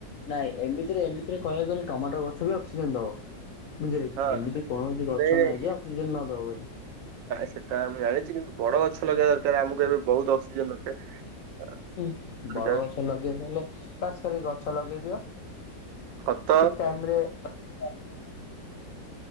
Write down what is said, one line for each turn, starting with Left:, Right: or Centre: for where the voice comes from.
Left: ନାଇଁ, ଏମିତିରେ ଏମିତିରେ କହିବାକୁଗଲେ ଟମାଟର ଗଛ ବି ଅକ୍ସିଜେନ ଦବ। ବୁଝିଲେ କି!
Right: ହଁ
Left: ଏମିତି କୌଣସି ଗଛ
Right: ନାଇଁ ନାଇଁ
Left: ନାହିଁ, ଯେ ଅକ୍ସିଜେନ ନ ଦବ ବୋଲି।
Right: ସେଟା ମୁଁ ଜାଣିଛି। କିନ୍ତୁ ବଡ ଗଛ ଲଗେଇବା ଦରକାର, ଆମକୁ ଏବେ ବହୁତ ଅକ୍ସିଜେନ ଦରକାର।
Left: ହୁଁ।
Right: ଦରକାର।
Left: ବଡ ଗଛ ଲଗେଇଆକୁ ହେଲେ, ବାସ୍ ଖାଲି ଗଛ ଲଗେଇ ଦିଅ।
Right: ଖତ
Left: ଠିକ ଟାଇମରେ ଯଦି ଆପଣ